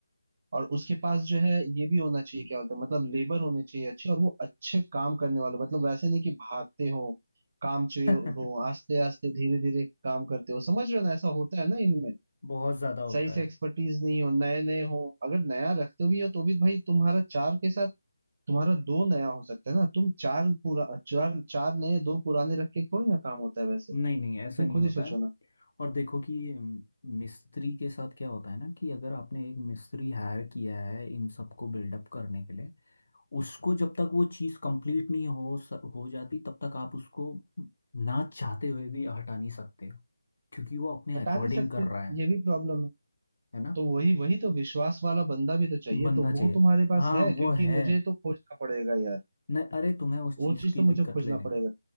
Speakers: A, on the right; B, on the left.
A: और उसके पास जो है ये भी होना चाहिए क्या बोलते हैं मतलब लेबर होने चाहिए अच्छे और वो अच्छे काम करने वाले मतलब वैसे नहीं कि भागते हो काम चोर
B: <laughs>
A: हो आस्ते आस्ते धीरे धीरे काम करते हो समझ रहे हो ना ऐसा होता है ना इनमें
B: बहुत ज्यादा होता
A: सही से
B: है
A: एक्सपर्टीज नहीं हो नए नए हो अगर नया रखते भी हो तो भी भाई तुम्हारा चार के साथ तुम्हारा दो नया हो सकता है ना तुम चार पूरा चार चार नए दो पुराने रख के थोड़ी ना काम होता है वैसे
B: नहीं नहीं
A: तुम
B: ऐसा नहीं
A: खुद
B: होता
A: ही सोचो
B: है
A: ना
B: और देखो कि अम, मिस्त्री के साथ क्या होता है ना कि अगर आपने एक मिस्त्री हायर किया है इन सबको बिल्डअप करने के लिए उसको जब तक वो चीज़ कंप्लीट नहीं हो स, हो जाती तब तक आप उसको ना चाहते हुए भी हटा नहीं सकते हो क्योंकि वो अपने
A: हटा
B: अकॉर्डिंग
A: नहीं सकते
B: कर रहा है
A: ये भी प्रॉब्लम है
B: है ना
A: तो वही वही तो विश्वास वाला बंदा भी तो चाहिए
B: बंदा
A: तो
B: चाहिए
A: वो तुम्हारे पास
B: हाँ
A: है
B: वो
A: क्योंकि
B: है
A: मुझे तो खोजना पड़ेगा यार
B: न अरे तुम्हें उस
A: वो
B: चीज़
A: चीज
B: की
A: तो मुझे
B: दिक्कत
A: खोजना
B: लेने
A: पड़ेगा